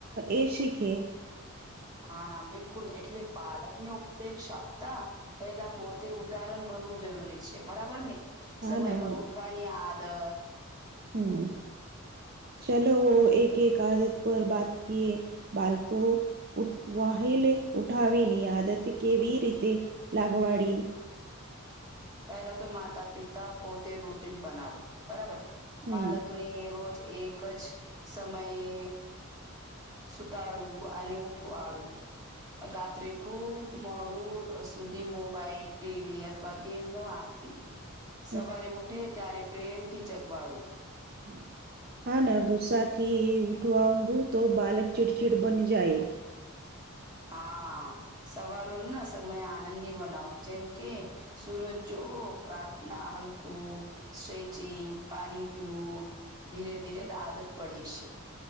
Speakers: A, on the right (about 45°); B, on the right (about 20°).
A: એ શખે.
B: હા બિલકુલ એટલે પાલક ની ઉપતે શકતા. પેલા પોતે ઉદાહરણ બનવું જરૂરી છે બરાબર ને.
A: હા
B: સમય
A: ના
B: પર
A: હા ના
B: ઉઠવાની આદત.
A: હમ. ચાલ હો એક એક આદત પર બાત કએ બાળકો. વાહલે ઉઠાવીની આદત કેવી રીતે લાગવાડી.
B: પહેલા તો માતા પિતા પોતે રૂટીન બનાવો બરાબર.
A: હમ
B: બાળકને રોજ એક જ સમયે. સુતાડવું અને ઉઠવાડું. રાત્રે ખુબ મોડું સુધી મોબાઈલ ટીવી અથવા ગેમ નો આપવી.
A: <inaudible>
B: સવારે ઉઠે ત્યારે પ્રેમથી ચગવાડું.
A: હમ. હા ના ગુસ્સા થી ઉઠવા ઊઘ તો બાલક ચીડચીડ બની જાય.
B: હા સવારો ન સમય આનંદી બનાવો જેમ કે સુરજ જો પ્રાર્થના હલખું. સ્ટ્રેચિંગ પાણી પીવું ધીરે ધીરે આદત પડે છે.